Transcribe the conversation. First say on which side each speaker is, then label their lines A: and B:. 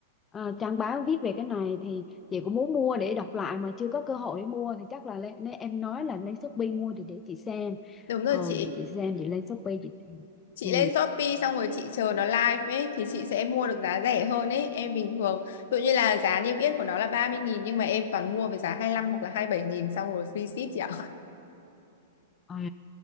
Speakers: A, on the left (about 20°); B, on the left (about 65°).
A: à, trang báo viết về cái này thì chị cũng muốn mua để đọc lại mà chưa có cơ hội để mua thì chắc là lên, nên em nói là lên Shopee mua thì để chị xem
B: đúng rồi
A: ừ
B: chị
A: để chị xem chị lên Shopee chị tìm
B: chị
A: ừ
B: lên Shopee xong rồi chị chờ nó live ấy thì chị sẽ mua được giá rẻ hơn ấy em bình thường tự như là giá niêm yết của nó là ba mươi nghìn nhưng mà em toàn mua với giá 25 hoặc là hai mươi bảy nghìn xong rồi free ship chị ạ
A: à,